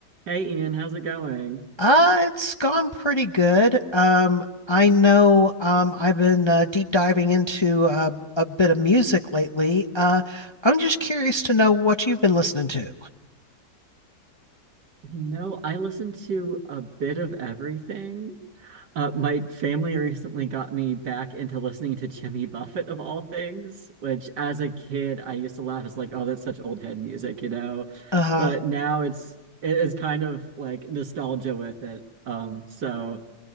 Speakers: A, on the right (about 80°); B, on the left (about 25°).
A: Hey Ian, how's it going?
B: Uh, it's gone pretty good. Um, I know um, I've been uh, deep diving into uh, a bit of music lately. Uh, I'm just curious to know what you've been listening to.
A: You know, I listen to a bit of everything. Uh, my family recently got me back into listening to Jimmy Buffett of all things, which as a kid I used to laugh. It's like, oh, that's such old head music, you know.
B: Uh-huh.
A: But now it's it is kind of like nostalgia with it. Um, so